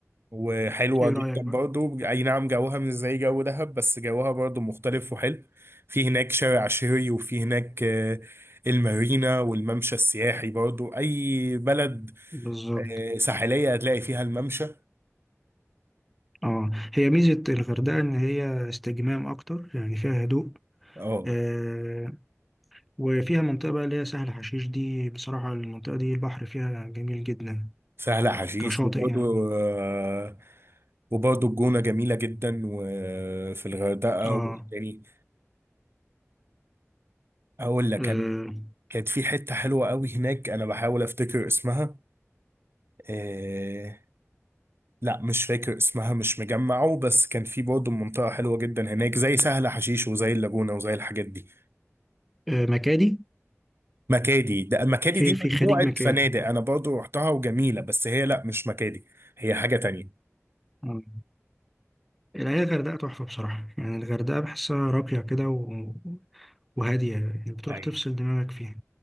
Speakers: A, on the right (about 50°); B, in the centre.
A: وحلوة
B: إيه
A: جدا
B: رأيك بقى؟
A: برضو اي نعم جوها مش زي جو دهب بس جوها برضو مختلف وحلو في هناك شارع شهري وفي هناك آه، المارينا والممشى السياحي برضو اي بلد
B: بالظبط
A: آه، ساحلية هتلاقي فيها الممشى
B: آه هي ميزة الغردقة إن هي استجمام أكتر يعني فيها هدوء
A: اه
B: آه وفيها منطقة بقى اللي هي سهل حشيش دي بصراحة المنطقة دي البحر فيها جميل جدا
A: سهل حشيش
B: كشاطئ
A: وبرضو
B: يعني
A: آه، وبرضو الجونة جميلة جدا وفي الغردقة
B: آه,
A: يعني أقول لك
B: آه,
A: كان كانت في حتة حلوة قوي هناك أنا بحاول أفتكر اسمها آه، لا مش فاكر اسمها مش مجمعه بس كان في برضه منطقة حلوة جدا هناك زي سهل حشيش وزي اللاجونة وزي الحاجات دي
B: آه مكادي
A: مكادي ده مكادي
B: في
A: دي
B: في
A: مجموعة
B: خليج مكادي
A: فنادق أنا برضه رحتها وجميلة بس هي لا مش مكادي هي حاجة تانية
B: آه. الحقيقة الغردقة تحفة بصراحة يعني الغردقة بحسها راقية كده و... وهادية يعني بتروح
A: أيوة
B: تفصل دماغك فيها